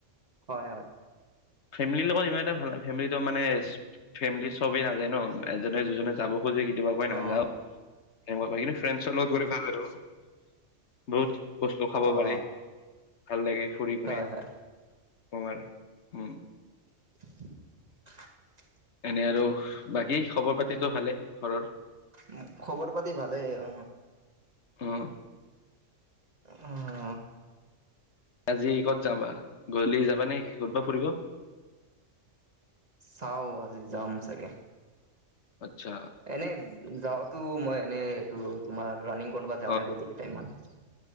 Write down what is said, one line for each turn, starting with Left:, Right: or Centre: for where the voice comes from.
Right: হয়-হয়। <inaudible>
Left: ফেমিলিৰ লগত ইমান এটা ভাল নাই। ফেমিলিটো মানে? <inaudible> ফেমিলিৰ চবেই নাযায় ন? এজনে, দুজনে যাব খোজে <inaudible> কিব কয় নাযাওঁ
Right: অ হয়
Left: সেনেকুৱা <inaudible> কিন্তু ফ্ৰেণ্ডচৰ
Right: হয়
Left: লগত গ'লে ভাল আৰু। <unintelligible> বহুত বস্তু খাব
Right: অ
Left: পাৰি। ভাল লাগে ফুৰি পিনে
Right: হয়
Left: তোমাৰ।
Right: হয়
Left: <unintelligible> উম! <inaudible>
Right: <inaudible>
Left: এনেই আৰু বাকী খবৰ পাতিতো ভালে ঘৰৰ? <inaudible>
Right: <inaudible> খবৰ পাতি ভালেই অঁ।
Left: অঁহ
Right: <unintelligible>
Left: আজি ক'ত যাবা। গধূলি যাবা নে কি ক'ৰ'বাত ফুৰিব।
Right: চাও আজি যাম চাগে?
Left: আচ্ছা
Right: এনেই যাওতো মই এনে এইটো তোমাৰ ৰানিং কৰিবা যাওঁৱেই
Left: অ',
Right: গধূলি টাইমত,